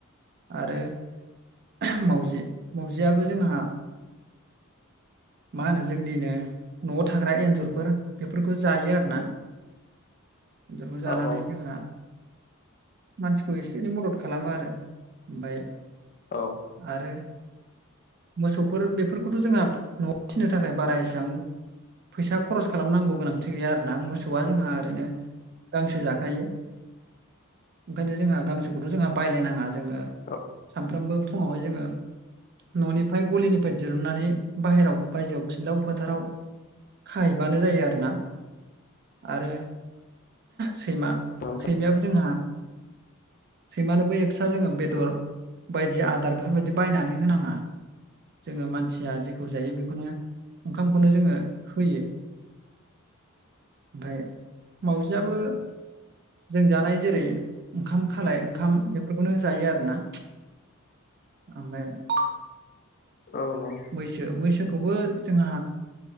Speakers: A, on the right; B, on the left.
A: आरो मावजि मावजियाबो जोंहा मा होनो जोंनिनो न'आव थाग्रा एन्जरफोर बेफोरखौ जायो आरो ना <unintelligible> जरखौ
B: औ
A: जानानै
B: औ
A: जोंहा मानसिखौ एसे एनै मदद खालामो आरो ओमफ्राय
B: औ
A: आरो मोसौ फोर बेफोरखौथ' जोंहा न'आव फिसिनो थाखाय बारा एसेबां फैसा खरस खालामनांगौ गोनांथि गैया आरोना मोसौआ जोंहा ओरैनो गांसो जाखायो ओंखायनो जोंहा गांसोखौथ' जोंहा बायलायनाङा जोङो
B: औ
A: सानफ्रोमबो फुङावहाय जोङो न'निफ्राय गलिनिफ्राय बे दिरुननानै बाहेराव बायजोआव फिलाव फोथाराव खाहैबानो जायो आरोना आरो सैमा
B: नोंथां
A: सैमायाबो जोंहा सैमानोबो एक्सट्रा जोङो बेदर बायदि आदार बेफोरबायदि बायनानै होनाङा जोङो मानसिया जेखौ जायो बेखौनो ओंखामखौनो जोङो होयो ओमफ्राय मावजिआबो जों जानाय जेरै ओंखाम खालाय ओंखाम बेफोरखौनो जायो आरोना ओमफ्राय <unintelligible>
B: औ नो <unintelligible>
A: मैसो मैसोखौबो जोंहा